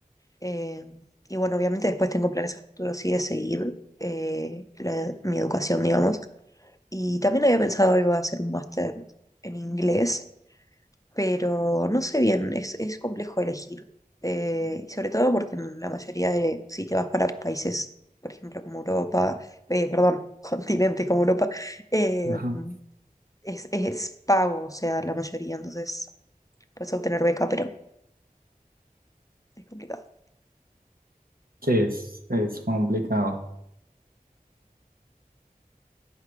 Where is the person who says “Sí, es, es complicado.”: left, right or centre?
Right